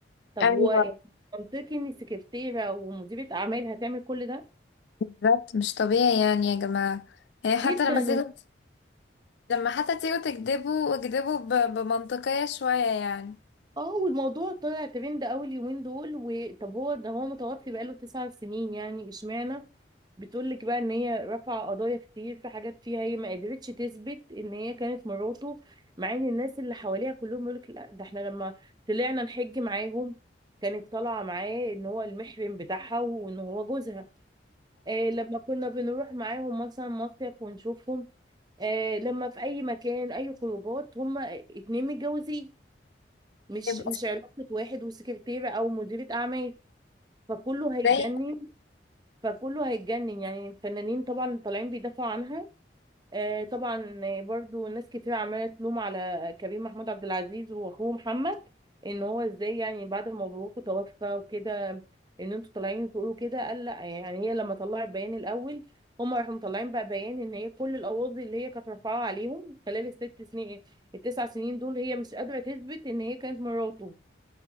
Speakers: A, on the right; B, on the left.
A: طب
B: ايوه
A: هو إيه؟ منطقي ان السكرتيره ومديره اعمال هتعمل كل ده
B: بالظبط مش طبيعي يعني يا جماعة يعني
A: جدا
B: حتى لما تيجوا لما حتى تيجوا تكذبوا اكذبوا ب- بمنطقية شوية يعني
A: اه والموضوع طلع ترند اول يومين دول وطب هو ده هو متوفي بقاله تسع سنين يعني اشمعنى بتقول لك بقى ان هي رفع قضايا كتير في حاجات فيها هي ما قدرتش تثبت ان هي كانت مراته مع ان الناس اللي حواليها كلهم يقول لك لا ده احنا لما طلعنا نحج معاهم كانت طالعه معاه ان هو المحرم بتاعها وان هو جوزها آه لما كنا بنروح معاهم مثلا مصيف ونشوفهم آه لما في اي مكان اي خروجات هما اتنين متجوزين مش
B: يبقى
A: مش علاقة واحد وسكرتيرة أو مديرة أعمال فكله هيتجنن
B: ازاي
A: فكله هيتجنن يعني الفنانين طبعا طالعين بيدافعوا عنها آه طبعا آه، برضو ناس كتير عمالة تلوم على كريم محمود عبد العزيز وأخوه محمد إن هو إزاي يعني بعد ما مبروكه توفى وكده إن أنتوا طالعين تقولوا كده قال لأ يعني هي لما طلعت بيان الأول هما راحوا مطلعين بقى بيان إن هي كل القواضي اللي هي كانت رافعاها عليهم خلال الست سنين التسع سنين دول هي مش قادرة تثبت إن هي كانت مراته